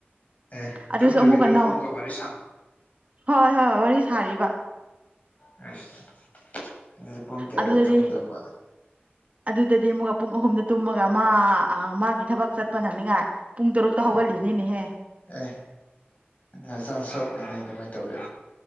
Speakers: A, on the left (about 40°); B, on the right (about 35°).
A: ꯑꯦ ꯇꯨꯝꯗꯕꯤꯗ
B: ꯑꯗꯨꯁꯨ ꯑꯃꯨꯛꯀ
A: ꯐꯝꯃꯒ
B: ꯅꯧ
A: ꯋꯥꯔꯤ ꯁꯥꯕ
B: ꯍꯣꯏ ꯍꯣꯏ ꯋꯥꯔꯤ ꯁꯥꯔꯤꯕ
A: ꯑꯩꯁ ꯅꯣꯏ ꯄꯨꯡ ꯀꯌꯥꯗ
B: ꯑꯗꯨꯗꯗꯤ
A: ꯇꯨꯝꯒꯗꯧꯕ
B: ꯑꯗꯨꯗꯗꯤ ꯑꯃꯨꯛꯀ ꯄꯨꯡ ꯑꯍꯨꯝꯗ ꯇꯨꯝꯃꯒ ꯃꯥ ꯑ ꯃꯥꯒꯤ ꯊꯕꯛ ꯆꯠ ꯅꯪꯅꯤꯉꯥꯏ ꯄꯨꯡ ꯇꯔꯨꯛꯇ ꯍꯧꯒꯠꯂꯤꯅꯤꯅꯦꯍꯦ
A: ꯎꯝ ꯑꯦ ꯍꯛꯆꯥꯡ ꯁꯣꯛꯀꯅꯤꯅꯦ ꯑꯗꯨꯃꯥꯏ ꯇꯧꯔꯗꯤ